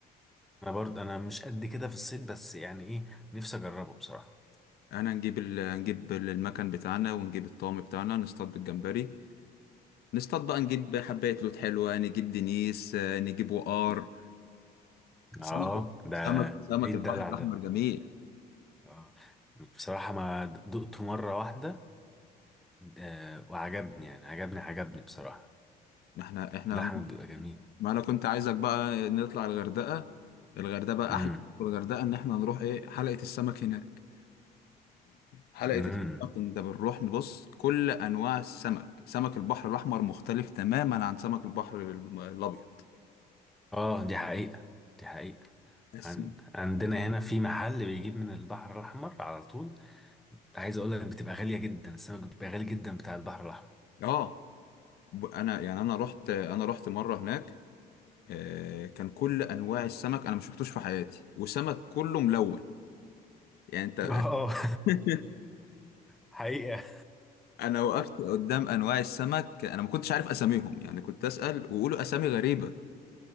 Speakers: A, in the centre; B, on the left (about 70°).
A: انا برضه انا مش قد كده في الصيد بس يعني ايه نفسي اجربه بصراحة
B: انا هنجيب ال... هنجيب المكان بتاعنا ونجيب الطعم بتاعنا نصطاد بالجمبري نصطاد بقى نجيب حباية لوت حلوة نجيب دنيس آه، نجيب وقار سمك
A: اه ده
B: سمك سمك
A: ايه الدلع
B: البحر الأحمر
A: ده
B: جميل
A: اه بصراحة ما دقته مرة واحدة آه، وعجبني يعني عجبني عجبني بصراحة
B: ما احنا احنا
A: اللحم بيبقى جميل
B: ما انا كنت عايزك بقى نطلع الغردقة الغردقة بقى
A: مم.
B: احلى في الغردقة ان احنا نروح ايه حلقة السمك هناك حلقة
A: امم
B: السمك انت بنروح نبص كل انواع السمك سمك البحر الأحمر مختلف تماما عن سمك البحر الم- الأبيض
A: اه دي حقيقة دي حقيقة
B: بس
A: عن... عندنا هنا في محل بيجيب من البحر الأحمر على طول عايز أقول لك بتبقى غالية جدا السمك بيبقى غالي جدا بتاع البحر الأحمر
B: اه ب- انا يعني انا رحت انا رحت مرة هناك آه، كان كل انواع السمك انا ما شفتوش في حياتي وسمك كله ملون يعني انت
A: اه <laughs>
B: <laughs>
A: حقيقة
B: انا وقفت قدام انواع السمك انا ما كنتش عارف اساميهم يعني كنت اسال ويقولوا اسامي غريبه